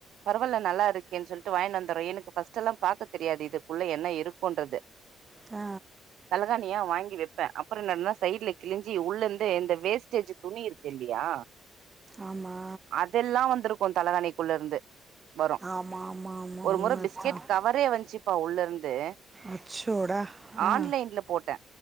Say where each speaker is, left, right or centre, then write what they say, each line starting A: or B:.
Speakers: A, on the right; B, on the right.
A: பரவால்ல நல்லாருக் கே சொல்ட்டு வாங்கினு வந்துறே எனக்கு பஸ்ட் எல்லா பாக்க தெரியாது இதுக்குள்ள என்ன இருக்குன்னு
B: ஆ
A: தலகாணியா வாங்கி வைப்பே அப்பற என்னடன்னா சைல கிழிஞ்சி உள்ளந்து இந்த வேஸ்டேஜ் துணி இருக்கு இல்லையா
B: ஆமா
A: அதெல்லா வந்திருக்கு தலகாணிக்குள்ள இருந்து வரு
B: ஆமாம் ஆமாம் ஆமாம்
A: ஒரு
B: உண்மை
A: முற பிஸ்கெட்
B: தான்
A: கவரே வஞ்ச்சுப்பா உள்ள இருந்து.
B: அச்சோடா ஆ
A: ஆன்லைன்ல போட்டே.